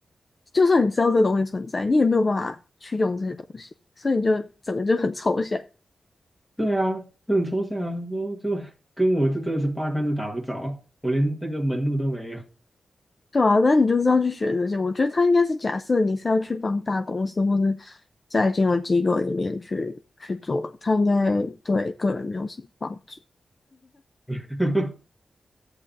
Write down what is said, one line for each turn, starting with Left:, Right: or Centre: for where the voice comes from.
Left: 就算你知道这东西存在，你也没有办法去用这些东西，所以你就整个就很抽象。
Centre: 对啊，这很抽象啊，说就跟我这真的是八竿子打不着，我连那个门路都没有。
Left: 对啊，那你就是要去学这些。我觉得他应该是假设你是要去帮大公司或是在金融机构里面去去做，他应该对个人没有什么帮助。
Centre: <laughs>